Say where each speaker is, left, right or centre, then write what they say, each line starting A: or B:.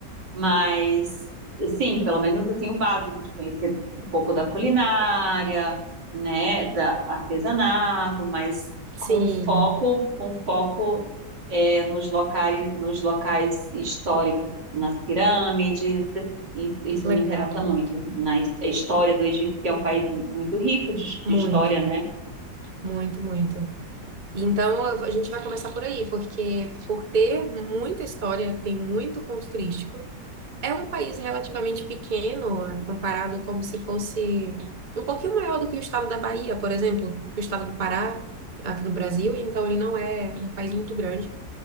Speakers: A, on the right; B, on the right.
A: Mas, sim, pelo menos assim o básico de conhecer um pouco da culinária, né, da artesanato, mas com
B: Sim,
A: foco, com foco é, nos locais, nos locais históricos, nas pirâmides. Isso, isso
B: legal.
A: me interessa muito, na his- a história do Egito, que é um país mu- muito rico de, de
B: Muito,
A: história, né?
B: muito, muito. Então, eu vou- a gente vai começar por aí, porque por ter muita história, tem muito ponto turístico. É um país relativamente pequeno, eh, comparado como se fosse um pouquinho maior do que o estado da Bahia, por exemplo, que o estado do Pará, aqui no
A: Uhum.
B: Brasil. Então, ele não é um país muito grande.